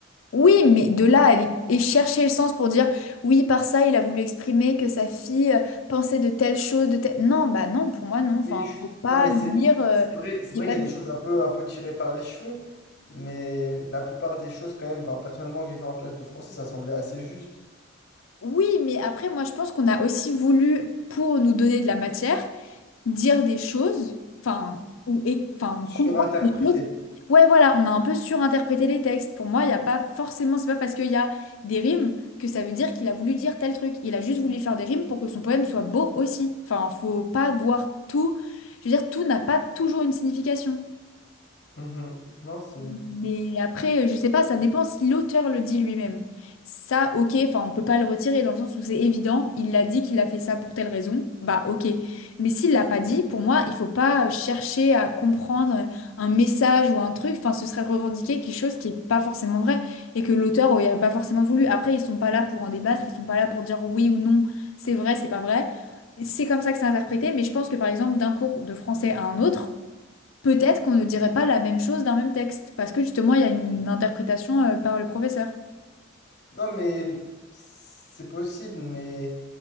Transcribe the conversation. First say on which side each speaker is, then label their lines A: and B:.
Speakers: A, on the left (about 85°); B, on the left (about 55°).
A: Oui, mais de là, à aller et chercher le sens pour dire, oui, par ça, il a voulu exprimer que sa fille euh, pensait de telle chose, de telle... Non, bah non, pour moi, non. Enfin,
B: Oui, je
A: faut
B: suis-
A: pas
B: non, mais
A: lire...
B: c'est
A: euh,
B: c'est vrai, c'est
A: je
B: vrai
A: sais pas
B: qu'il y a des choses un peu, un peu tirées par les cheveux, mais la plupart des choses, quand même, enfin, personnellement, que j'ai vu en classe de français, ça semblait assez juste.
A: Oui, mais après, moi, je pense qu'on a aussi voulu, pour nous donner de la matière, dire des choses, enfin, ou, et, enfin,
B: Surinterprété.
A: comprendre des choses. Ouais, voilà, on a un peu surinterprété les textes. Pour moi, il n'y a pas forcément, c'est pas parce qu'il y a des rimes que ça veut dire qu'il a voulu dire tel truc. Il a juste voulu faire des rimes pour que son poème soit beau aussi. Enfin, faut pas voir tout. Je veux dire, tout n'a pas toujours une signification.
B: Mhm. Non, c'est
A: Mais
B: c'est pas faux.
A: après, je sais pas, ça dépend si l'auteur le dit lui-même. Ça, ok, enfin, on peut pas le retirer dans le sens où c'est évident, il l'a dit qu'il a fait ça pour telle raison, bah ok. Mais s'il l'a pas dit, pour moi, il faut pas chercher à comprendre un message ou un truc, enfin, ce serait revendiquer quelque chose qui est pas forcément vrai et que l'auteur aurait pas forcément voulu. Après, ils sont pas là pour en débattre, ils sont pas là pour dire oui ou non, c'est vrai, c'est pas vrai. C'est comme ça que c'est interprété, mais je pense que par exemple, d'un cours de français à un autre, peut-être qu'on ne dirait pas la même chose d'un même texte, parce que justement, il y a une interprétation euh, par le professeur.
B: Non, mais c'est possible, mais